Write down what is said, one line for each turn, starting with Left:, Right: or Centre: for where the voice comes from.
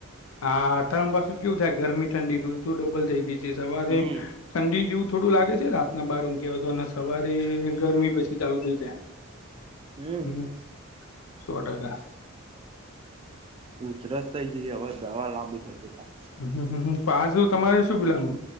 Left: હા, તેમ પાછુ કેવું થાય, ગરમી ઠંડી ઋતુ ડબલ થઈ ગઈ છે, સવારે.
Right: હમ
Left: ઠંડી જેવું થોડું લાગે છે. રાતના બાર વાગ્યા પછી. સવારે ને ગરમી પછી ચાલુ થઇ જાય,
Right: હમ
Left: હમ્મ સો ટકા
Right: ઉધરસ થઈ ગઈ. હવે દવા લાવવી પડશે પાછી.
Left: હમ્મ-હમ્મ-હમ્મ. પાસું તમારે શું <unintelligible>